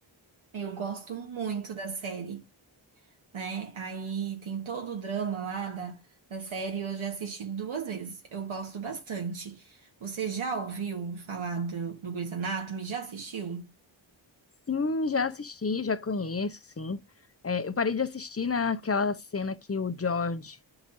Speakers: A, on the right; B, on the left.
A: Eu gosto muito da série, né? Aí tem todo o drama lá da, da série, eu já assisti duas vezes. Eu gosto bastante. Você já ouviu falar do, do Grey's Anatomy? Já assistiu?
B: Sim, já assisti, já conheço, sim. É, eu parei de assistir naquela cena que o George.